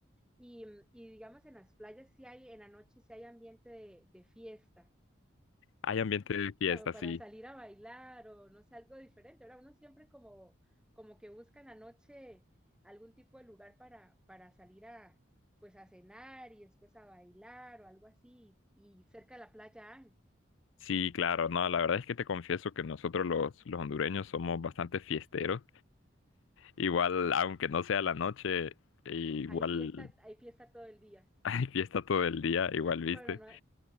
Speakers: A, in the centre; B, on the left.
A: Y, y digamos, en las playas sí hay, en la noche sí hay ambiente de, de fiesta,
B: Hay ambiente de fiesta,
A: como para
B: sí.
A: salir a bailar o no sé, algo diferente. Ahora uno siempre como, como que busca en la noche algún tipo de lugar para, para salir a, pues a cenar y después a bailar o algo así. Y cerca de la playa hay,
B: Sí, claro, no, la verdad es que te confieso que nosotros los, los hondureños somos bastante fiesteros. Igual, aunque no sea la noche, igual
A: hay fiesta, hay fiesta todo el día.
B: <laughs> hay fiesta todo el día, igual, viste.
A: Bueno, no,